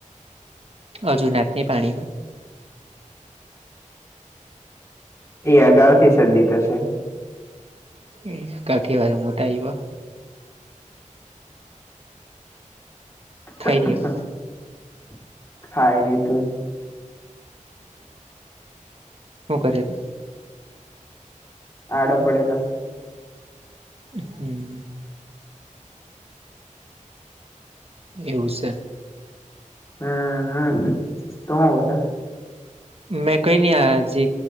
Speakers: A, on the right (about 45°); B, on the left (about 20°).
A: હજુ નાચને પાણીમાં.
B: એ અગાઉ થી સરદી થશે.
A: એ કાઠીવાર મોટા આયવા.
B: <unintelligible>
A: ખાઈ રહ્યો શું કર કે?
B: આડો પડેલો.
A: હમ એવું છે.
B: હમ હમ <inaudible>
A: મેં કઈ નહ આ જે